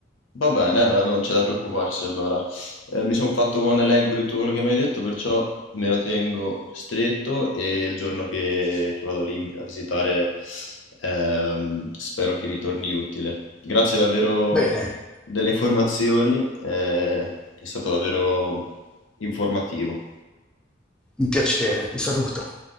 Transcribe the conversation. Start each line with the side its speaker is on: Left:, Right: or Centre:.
Left: Va bene, eh, non c'è da preoccuparsi allora. Eh, mi sono fatto qua un elenco di tutto quello che mi hai detto, perciò me lo tengo stretto e il giorno che, che vado lì a visitare ehm, spero che mi torni utile. Grazie davvero
Centre: Bene,
Left: delle informazioni, eh, è stato davvero informativo.
Centre: un piacere, ti saluto.